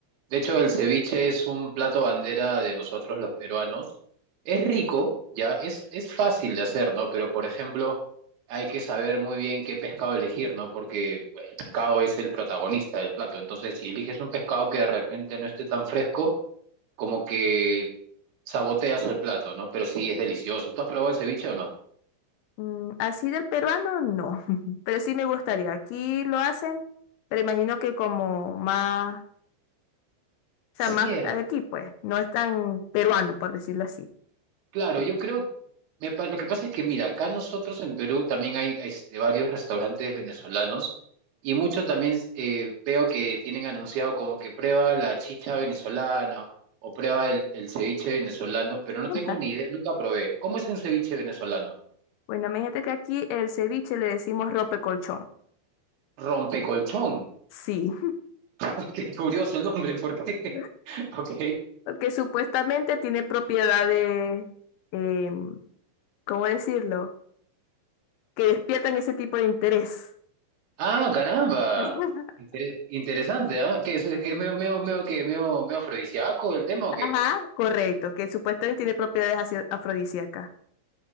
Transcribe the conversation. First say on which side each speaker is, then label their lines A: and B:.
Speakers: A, on the right (about 65°); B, on the left (about 80°).
A: De hecho, el ceviche es un plato bandera de nosotros los peruanos. Es rico, ya, es, es fácil de hacer, ¿no? Pero, por ejemplo, hay que saber muy bien qué pescado elegir, ¿no? Porque el pescado es el protagonista del plato. Entonces, si eliges un pescado que de repente no esté tan fresco, como que saboteas el plato, ¿no? Pero sí es delicioso. ¿Tú has probado el ceviche o no?
B: Mm, así del peruano, no, <laughs> pero sí me gustaría. Aquí lo hacen, pero imagino que como más, o sea,
A: Cierto.
B: más aquí, pues, no es tan peruano, por decirlo así.
A: Claro,
B: <laughs>
A: yo creo, me pa- lo que pasa es que, mira, acá nosotros en Perú también hay este, varios restaurantes venezolanos y muchos también eh, veo que tienen anunciado como que prueba la chicha venezolana o prueba el, el ceviche venezolano, pero no tengo
B: Ajá.
A: ni idea, nunca probé. ¿Cómo es un ceviche venezolano?
B: Bueno, imagínate que aquí el ceviche le decimos rope colchón.
A: Rompecolchón.
B: Sí,
A: <laughs> Qué curioso el nombre, ¿por qué?
B: <laughs>
A: <laughs> Ok.
B: porque supuestamente tiene propiedades, em, ¿cómo decirlo? Que despiertan ese tipo de interés.
A: Ah, caramba.
B: <laughs>
A: Inter- interesante, ¿ah? ¿Qué es? ¿Qué es medio, medio, medio, que medio, medio afrodisíaco el tema o
B: Ajá.
A: qué?
B: Correcto, que supuestamente tiene propiedades así afrodisíacas.